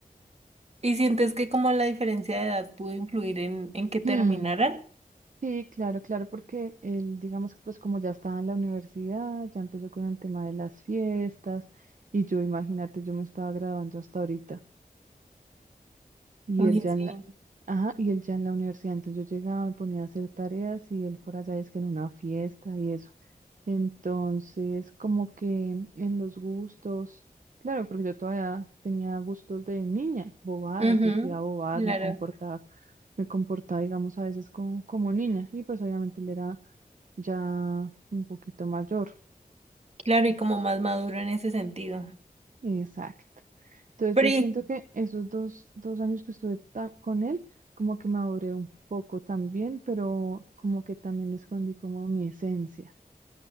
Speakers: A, on the right; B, on the right.
A: ¿Y sientes que como la diferencia de edad pudo influir en, en que terminaran?
B: Hmm, Sí, claro, claro, porque él, digamos que pues como ya estaba en la universidad, ya empezó con el tema de las fiestas y yo, imagínate, yo me estaba graduando hasta ahorita. Y
A: Uy,
B: él ya
A: sí.
B: en la, ajá, y él ya en la universidad. Entonces yo llegaba, me ponía a hacer tareas y él por allá es que en una fiesta y eso. Entonces, como que en los gustos, claro, porque yo todavía tenía gustos de niña, bobadas,
A: Ujú,
B: decía bobadas,
A: Claro,
B: me comportaba, me comportaba, digamos, a veces con- como niña. Y pues obviamente él era ya un poquito mayor.
A: claro, y como más maduro en ese sentido.
B: Exacto. Entonces
A: Pero,
B: yo
A: y-
B: siento que esos dos, dos años que estuve ta- con él, como que maduré un poco también, pero como que también escondí como mi esencia